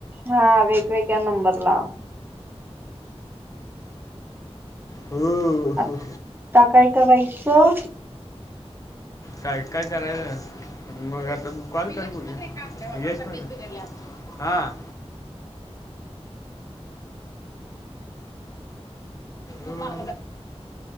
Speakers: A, on the right; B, on the left.
A: हा वेगवेेगळ्या नंबर ला
B: हो
A: आता काय करायचं
B: काय काय करायच मग आता कॉल कर ब यश पण हा म